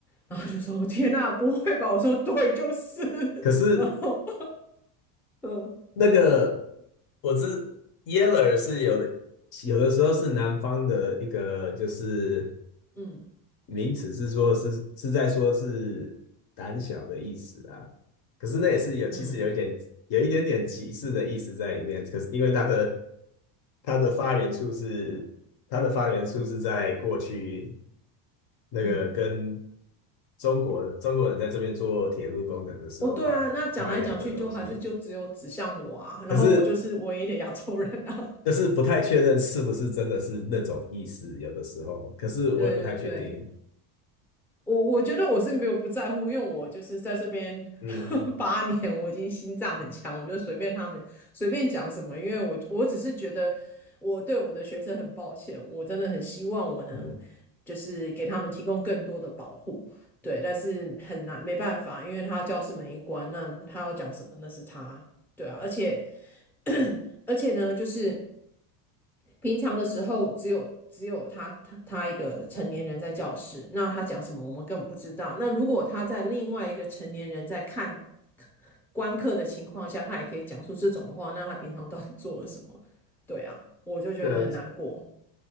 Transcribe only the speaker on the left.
可是
那个我知 Yeller 是有的，有的时候是南方的一个就是
名词是说是是在说是胆小的意思啊，可是那也是有其实有一点有一点点歧视的意思在里面，
可是因为它的它的发源处是它的发源处是在过去那个跟
中国中国人在这边做铁路工程的时候发发源的东西，
可是就是不太确认是不是真的是那种意思，有的时候，可是我也不太确定，
嗯
嗯。
个。